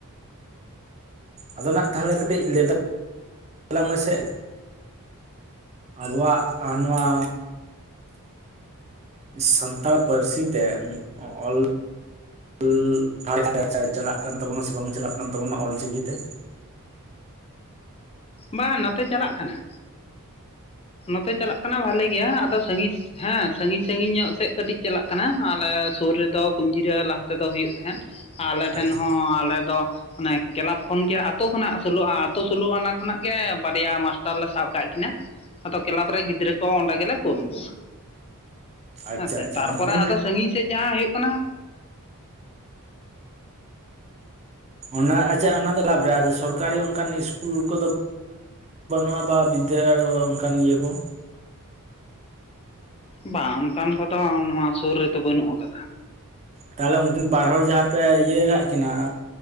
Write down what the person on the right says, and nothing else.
ᱟᱫᱚᱱ ᱦᱟᱸᱜ ᱛᱟᱦᱚᱞᱮ ᱠᱟᱹᱴᱤᱡ ᱞᱮᱛᱟ ᱟᱞᱟᱝ ᱢᱮᱥᱮ ᱟᱵᱚᱣᱟᱜ ᱟ ᱱᱚᱣᱟ ᱥᱟᱱᱛᱟᱲ ᱯᱟᱹᱨᱥᱤ ᱛᱮ ᱚᱞ ᱤᱞ <unintelligible> ᱪᱟᱞᱟᱜ ᱠᱟᱱ ᱛᱟᱵᱚᱱᱟ ᱥᱮ ᱵᱟᱝ ᱪᱟᱞᱟᱜ ᱠᱟᱱ ᱛᱟᱵᱚᱱᱟ ᱚᱞᱪᱤᱠᱤ ᱛᱮ?
ᱟᱪᱪᱷᱟ
ᱟᱪᱪᱷᱟ
ᱟᱪᱪᱷᱟ
ᱩᱱᱠᱩ
ᱚᱱᱟ ᱟᱪᱪᱷᱟ ᱚᱱᱟ ᱫᱚ ᱠᱮᱞᱟᱵᱷ ᱨᱮ ᱟᱨ ᱥᱚᱨᱠᱟᱨᱤ ᱚᱱᱠᱟᱱ ᱤᱥᱠᱩᱞ ᱠᱚᱫᱚ ᱵᱟᱹᱱᱩᱜᱼᱟ ᱵᱟ ᱵᱤᱫᱫᱟᱹᱜᱟᱨ ᱠᱚ ᱚᱱᱠᱟᱱ ᱤᱭᱟᱹ ᱠᱚ?
ᱛᱟᱦᱚᱞᱮ ᱩᱱᱠᱤᱱ ᱵᱟᱨ ᱦᱚᱲᱚᱲ ᱡᱟᱦᱟᱸ ᱯᱮ ᱤᱭᱟᱹ ᱠᱟᱜ ᱠᱤᱱᱟ